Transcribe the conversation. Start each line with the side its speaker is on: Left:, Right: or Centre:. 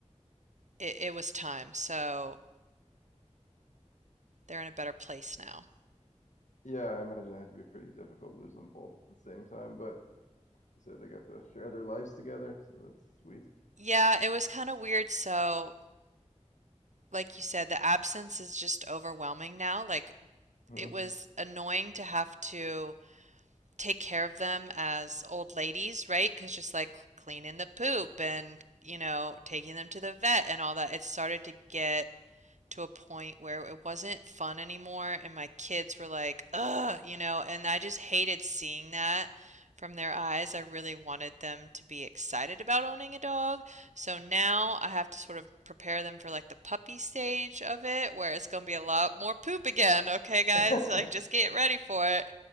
Right: it, it was time, so they're in a better place now.
Left: Yeah, I imagine it had to be pretty difficult losing them both at the same time, but you said they got to share their lives together, so that's sweet.
Right: Yeah, it was kind of weird. So, like you said, the absence is just overwhelming now. Like
Left: Hmm.
Right: it was annoying to have to take care of them as old ladies, right? Because just like cleaning the poop and, you know, taking them to the vet and all that, it started to get to a point where it wasn't fun anymore. And my kids were like, ugh, you know, and I just hated seeing that from their eyes. I really wanted them to be excited about owning a dog. So now I have to sort of prepare them for like the puppy stage of it, where it's going to be a lot more poop again. Okay, guys,
Left: <laughs>
Right: like just get ready for it.